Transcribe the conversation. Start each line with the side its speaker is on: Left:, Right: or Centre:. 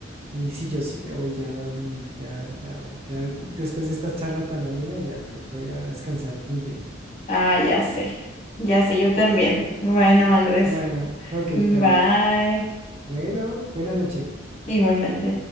Right: y, y sí, yo sí me voy ya a dormir. Ya, ya, ya después de esta charla tan amena, ya creo que voy a descansar muy bien.
Left: Ah, ya sé, ya sé, yo también. Bueno, Andrés.
Right: Bueno, ok,
Left: Bye.
Right: Claudia. Bueno, buena noche.
Left: Igualmente.